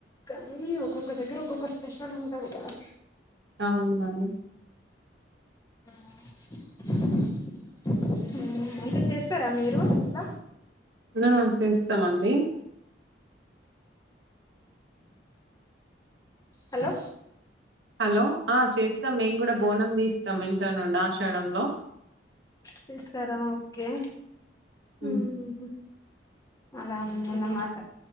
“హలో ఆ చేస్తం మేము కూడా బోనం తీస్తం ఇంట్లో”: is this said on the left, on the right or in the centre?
Right